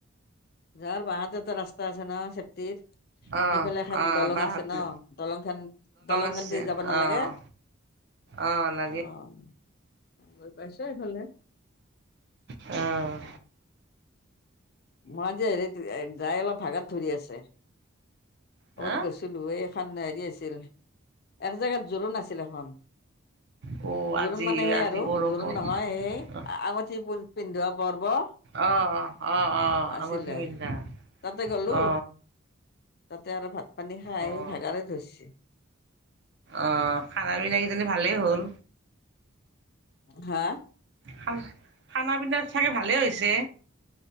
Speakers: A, on the left; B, on the right.
A: তাহাৰ বাহাতে এটা ৰাস্তা আছে ন, চেফটিৰ সেইফালে
B: অ'
A: এখান
B: অ'
A: দলং
B: বাহঁতে
A: আছে ন, দলং খান দলং
B: আছে
A: দি যাব নালাগে?
B: অ' অ', লাগে।
A: অ গৈ পাইছে এইফালে?
B: অ',
A: মই আজি হেৰিত যাই অলপ ভাগাত ধৰি আছে।
B: হা
A: ক'বাত গৈছিলো এই এখান হেৰি আছিল এক জেগাত জোৰোণ আছিল এখন
B: অ' আজি
A: জোৰোণ মানে সেই
B: আজি
A: আৰু
B: বৰষুণ
A: জোৰোণ নহয় এই আঙুঠি পিন্ধোৱা পৰ্ব।
B: অ', অ', অ', অ',
A: আছিলে,
B: আঙুঠি পিন্ধা
A: তাতে গ'লো
B: অ।
A: তাতে আৰু ভাত পানী খাই
B: অ',
A: ভাগাৰে ধৰছি।
B: অ', খানা পিনা কিজানি ভালেই হ'ল।
A: হা
B: খান খানা পিনাত চাগে ভালে হৈছে।